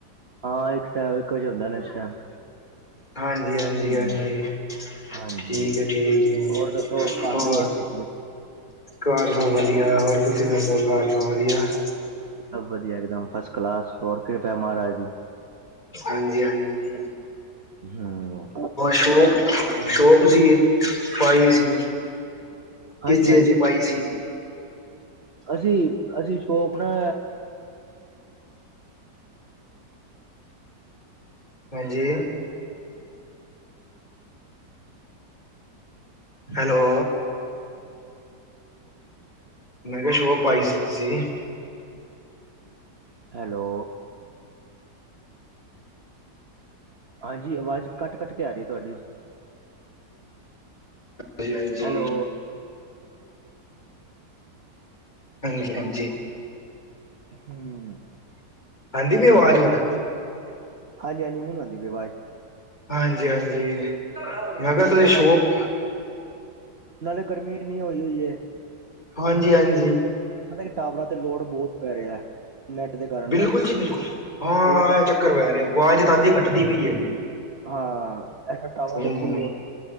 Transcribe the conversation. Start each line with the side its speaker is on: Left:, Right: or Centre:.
Right: ਹਾਂ ਇੱਕ <unintelligible> ਇੱਕ ਵਜੇ ਹੁੰਦਾ ਲੰਚ ਟਾਈਮ।
Left: ਹਾਂਜੀ-ਹਾਂਜੀ-ਹਾਂਜੀ
Right: ਹਮ ਹਾਂਜੀ
Left: ਠੀਕ ਹੈ ਠੀਕ ਹੈ।
Right: ਹੋਰ ਦੱਸੋ ਘਰ
Left: ਹੋਰ?
Right: ਪਰਿਵਾਰ ਸਭ ਕਿਵੇਂ
Left: ਘਰ ਸਭ ਵਧੀਆ। ਹੋਰ ਤੁਸੀਂ ਦੱਸੋ ਘਰ ਸਭ ਵਧੀਆ?
Right: ਸਭ ਵਧੀਆ ਇੱਕ ਦਮ ਫਸਟ ਕਲਾਸ ਹੋਰ ਕਿਰਪਾ ਮਹਾਰਾਜ ਦੀ।
Left: ਹਾਂਜੀ-ਹਾਂਜੀ <unintelligible>
Right: ਹਮ
Left: ਸ਼ੋ ਸ਼ੋ ਤੁਸੀਂ ਪਾਈ ਸੀ। ਕਿਸ
Right: ਹਾਂਜੀ
Left: ਚੀਜ਼ ਦੀ ਪਾਯੀ ਸੀ?
Right: ਅਸੀਂ-ਅਸੀਂ ਜੋੋ ਆਪਣਾ
Left: ਹਾਂਜੀ ਹੈਲੋ ਮੈਂ ਕਿਹਾ ਜੋ ਉਹ ਪਾਈ ਸੀ ਤੁਸੀਂ।
Right: ਹੈਲਓ। ਹਾਂਜੀ ਆਵਾਜ਼ ਕੱਟ, ਕੱਟ ਕੇ ਆ ਰਹੀ ਹੈ ਤੁਹਾਡੀ।
Left: ਹਾਂਜੀ, ਹਾਂਜੀ।
Right: ਹੈਲੋ
Left: ਹਾਂਜੀ, ਹਾਂਜੀ।
Right: ਹਮ
Left: ਆਦੀ ਪਈ ਆਵਾਜ਼ ਹੁਣ?
Right: ਹਾਂਜੀ, ਹਾਂਜੀ ਹੁਣ ਆਉਂਦੀ ਪਈ ਅਵਾਜ਼।
Left: ਹਾਂਜੀ, ਹਾਂਜੀ ਮੈਂ ਕਿਹਾ ਤੁਸੀ
Right: ਉਹ ਨੈਟ
Left: ਸ਼ੋਪ
Right: ਨਾਲੇ ਗਰਮੀ ਇੰਨੀ ਹੋਈ ਹੋਈ ਐ।
Left: ਹਾਂਜੀ, ਹਾਂਜੀ।
Right: ਮਦਾ ਕਿ ਟਾਵਰਾਂ ਤੇ ਲੋੜ ਬੋਤ ਪੈ ਰਿਆ। ਨੈਟ ਦੇ ਕਾਰਨ
Left: ਬਿਲਕੁਲ
Right: ਨਾ
Left: ਜੀ ਬਿਲਕੁਲ
Right: ਬਹੁਤਦਾ
Left: ਹਾਂ ਇਹ ਚੱਕਰ ਪੈ ਰਿਹਾ ਆਵਾਜ਼ ਤਾਂ ਅੱਧੀ ਕੱਟਦੀ ਪਈ ਹੈ
Right: ਹਾਂ ਟਵਰਾ
Left: ਹਮ
Right: ਤੇ ਫੁੱਲ ਲੋੜ